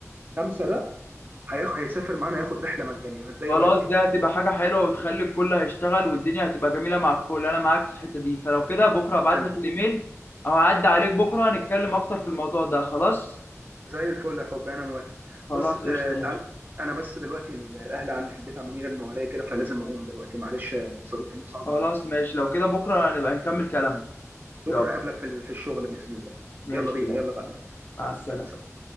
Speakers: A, on the right; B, on the left.
A: خمسه ده هياخ... هيسافر معانا ياخد رحله مجانيه فانت ايه
B: خلاص
A: رايك؟
B: ده هتبقى حاجه حلوه وتخلي الكل هيشتغل والدنيا هتبقى جميله مع الكل انا معاك في الحته دي فلو كده بكره هبعت
A: حلو
B: لك الايميل او هعدي عليك بكره نتكلم اكتر في الموضوع ده خلاص
A: زي الفل يا حبي انا موافق
B: خلاص
A: بص آه
B: قشطه
A: تعال انا بس دلوقتي ال- الاهل عندي في البيت عمالين يرنوا عليا كده فلازم اقوم دلوقتي معلش يا صديقي نفسي اقعد
B: خلاص
A: معاك أكتر
B: ماشي
A: من كده.
B: لو كده بكرة نبقى نكمل كلامنا يلا
A: بكره اقابلك في ال- في الشغل باذن الله
B: ماشي
A: يلا بينا
B: يلا
A: يلا بقى نقوم
B: مع
A: حبيبي
B: السلامة
A: يلا سلام